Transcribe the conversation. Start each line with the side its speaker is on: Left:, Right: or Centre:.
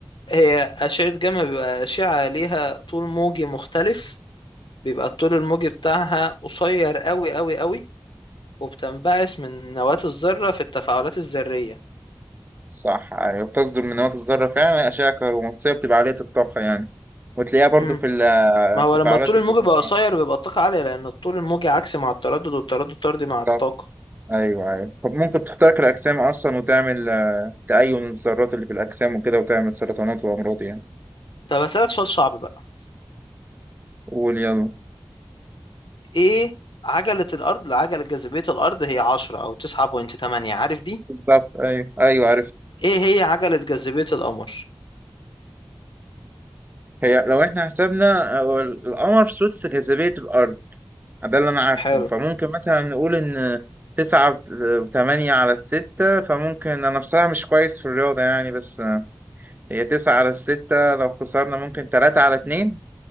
Left: هي أشعة جاما بيبقى أشعة ليها طول موجي مختلف بيبقى الطول الموجي بتاعها قصير أوي أوي أوي وبتنبعث من نواة الذرة في التفاعلات الذرية
Right: صح أيوة بتصدر من نواة الذرة فعلا أشعة كهرومغناطيسية بتبقى عالية الطاقة يعني وتلاقيها برضو
Left: مم.
Right: في التفاعلات
Left: ما هو لما الطول
Right: اللي
Left: الموجي بيبقى
Right: هي
Left: قصير بيبقى الطاقة عالية لأن الطول الموجي عكسي مع التردد والتردد طردي مع الطاقة
Right: النواة. ايوه ايوه طب ممكن تخترق الاجسام اصلا وتعمل آه، تأين الذرات اللي في الاجسام وكده وتعمل سرطانات وامراض يعني
Left: طب أسألك سؤال صعب بقى
Right: قول يلا
Left: إيه عجلة الأرض لعجلة جاذبية الأرض هي عشرة أو تسعة بوينت تمانية عارف دي؟
Right: بالظبط ايوه ايوه عرفت
Left: إيه هي عجلة جاذبية القمر؟
Right: هي لو احنا حسبنا آه، القمر سدس جاذبية الارض ده اللي انا عارفه
Left: حلو
Right: فممكن مثلا نقول ان تسعة وثمانية على الستة فممكن أنا بصراحة مش كويس في الرياضة يعني بس آه، هي تسعة على الستة لو خسرنا ممكن تلاتة على اتنين